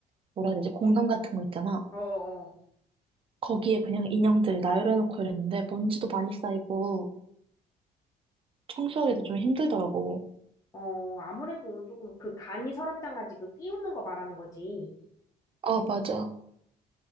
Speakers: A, on the right; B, on the left.
A: 뭐라 해야 되지 공간 같은 거 있잖아.
B: 어, 어,
A: 거기에 그냥 인형들 나열해놓고 이랬는데 먼지도 많이 쌓이고 청소하기도 좀 힘들더라고.
B: 어, 아무래도 조금 그 간이 서랍장 가지그 끼우는 거 말하는 거지.
A: 아 맞아.